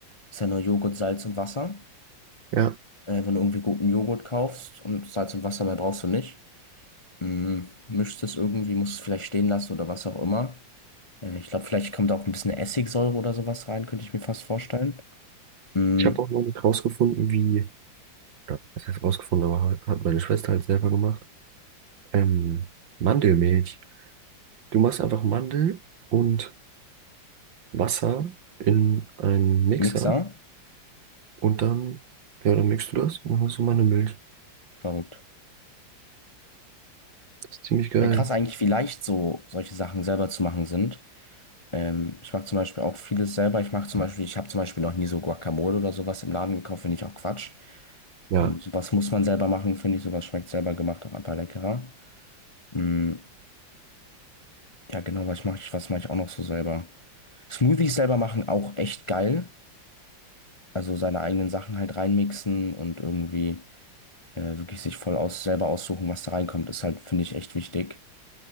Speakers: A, on the left; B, on the right.
A: Ist ja nur Joghurt, Salz und Wasser.
B: ja.
A: äh, wenn du irgendwie guten Joghurt kaufst und Salz und Wasser mehr brauchst du nicht. Mm, mischst es irgendwie, musst es vielleicht stehen lassen oder was auch immer. Äh, ich glaube, vielleicht kommt auch ein bisschen Essigsäure oder sowas rein, könnte ich mir fast vorstellen. Mm,
B: Ich habe auch noch nicht rausgefunden, wie, oder was heißt rausgefunden, aber hat hat meine Schwester halt selber gemacht. Ähm, Mandelmilch. Du machst einfach Mandel und Wasser in einen Mixer
A: Mixer?
B: und dann, ja, dann mixt du das und dann hast du Mandelmilch.
A: Verrückt.
B: Das ist ziemlich geil.
A: Ja, krass eigentlich, wie leicht so solche Sachen selber zu machen sind. Ähm, ich mache zum Beispiel auch vieles selber. Ich mache zum Beispiel, ich habe zum Beispiel noch nie so Guacamole oder sowas im Laden gekauft, finde ich auch Quatsch.
B: Ja,
A: Ähm, sowas muss man selber machen, finde ich. Sowas schmeckt selber gemacht auch einfach leckerer. Mm, ja, genau, was mache ich, was mache ich auch noch so selber? Smoothies selber machen auch echt geil. Also seine eigenen Sachen halt reinmixen und irgendwie äh, wirklich sich voll aus selber aussuchen, was da reinkommt, ist halt, finde ich, echt wichtig.